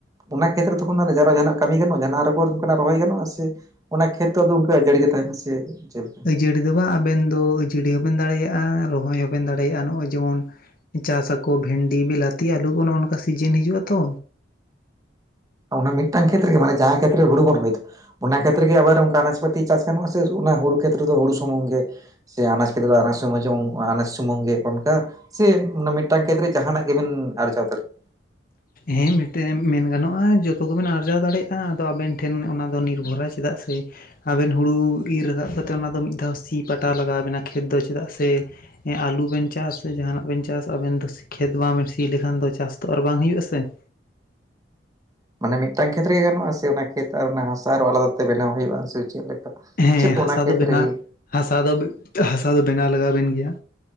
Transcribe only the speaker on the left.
ᱡᱟᱹᱲᱤ ᱫᱚ ᱵᱟᱝ ᱟᱵᱮᱱ ᱫᱚ ᱟᱹᱡᱟᱹᱲᱤ ᱦᱚᱸᱵᱮᱱ ᱫᱟᱲᱮᱭᱟᱜ-ᱟ, ᱨᱚᱦᱚᱸᱭ ᱦᱚᱸᱵᱮᱱ ᱫᱟᱲᱮᱭᱟᱜ-ᱟ ᱱᱚᱜ-ᱚᱭ ᱡᱮᱢᱚᱱ ᱪᱟᱥ ᱟᱠᱚ ᱵᱷᱮᱱᱰᱤ ᱵᱤᱞᱟᱹᱛᱤ ᱟᱹᱞᱩ ᱚᱱᱮ ᱚᱱᱠᱟ ᱥᱤᱡᱮᱱ ᱦᱤᱡᱩᱜ-ᱟ ᱛᱚ
ᱦᱮᱸ ᱢᱤᱫᱴᱮᱱ ᱢᱮᱱ ᱜᱟᱱᱚᱜ-ᱟ ᱡᱚᱛᱚ ᱜᱮᱵᱮᱱ ᱟᱨᱡᱟᱣ ᱫᱟᱲᱮᱭᱟᱜ-ᱟ ᱟᱫᱚ ᱟᱵᱮᱱ ᱴᱷᱮᱱ ᱚᱱᱟ ᱫᱚ ᱱᱤᱨᱵᱷᱚᱨᱟᱭ ᱪᱮᱫᱟᱜ ᱥᱮ ᱟᱵᱤᱱ ᱦᱩᱲᱩ ᱤᱨ ᱨᱟᱠᱟᱵ ᱠᱟᱛᱮ ᱚᱱᱟ ᱫᱚ ᱢᱤᱫ ᱫᱷᱟᱣ ᱥᱤ ᱯᱟᱴᱟᱣ ᱞᱟᱜᱟᱣ ᱵᱮᱱᱟ ᱠᱷᱮᱛ ᱫᱚ ᱪᱮᱫᱟᱜ ᱥᱮ ᱦᱮᱸ ᱟᱞᱩ ᱵᱮᱱ ᱪᱟᱥ ᱥᱮ ᱡᱟᱦᱟᱸᱱᱟᱜ ᱵᱮᱱ ᱪᱟᱥ ᱟᱵᱮᱱ ᱫᱚ ᱠᱷᱮᱛ ᱵᱟᱵᱮᱱ ᱥᱤ ᱞᱮᱠᱷᱟᱱ ᱫᱚ ᱪᱟᱥ ᱫᱚ ᱟᱨ ᱵᱟᱝ ᱦᱩᱭᱩᱜ-ᱟ ᱥᱮ᱾ <unintelligible>
ᱦᱮᱸ
ᱦᱟᱥᱟ
ᱫᱚ ᱵᱮᱱᱟ
ᱦᱟᱥᱟ ᱫᱚ ᱦᱟᱥᱟ ᱫᱚ ᱵᱮᱱᱟᱣ ᱞᱟᱜᱟᱣ ᱵᱤᱱ ᱜᱮᱭᱟ᱾